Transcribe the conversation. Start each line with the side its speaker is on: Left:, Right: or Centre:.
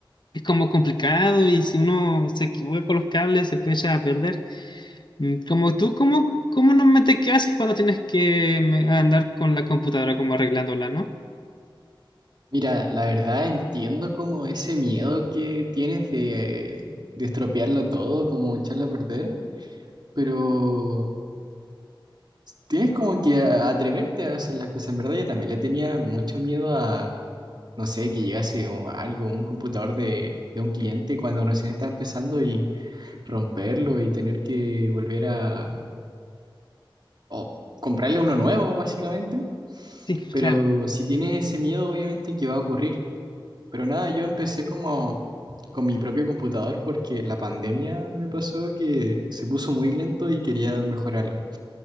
Left: es como complicado y si uno se equivoca con los cables se puede echar a perder. Mm, Como tú, ¿cómo, cómo normalmente qué haces cuando tienes que mm, andar con la computadora como arreglándola, ¿no?
Right: Mira, la verdad entiendo como ese miedo que tienes de, de estropearlo todo, como echarlo a perder, pero tienes como que a- atreverte a hacer las cosas. En verdad yo también le tenía mucho miedo a, no sé, que llegase o algo, un computador de, de un cliente cuando recién está empezando y romperlo y tener que volver a o comprarle uno nuevo, básicamente.
Left: Sí,
Right: Pero
Left: claro.
Right: si tienes ese miedo, obviamente que va a ocurrir. Pero nada, yo empecé como con mi propio computador porque la pandemia me pasó que se puso muy lento y quería mejorarlo.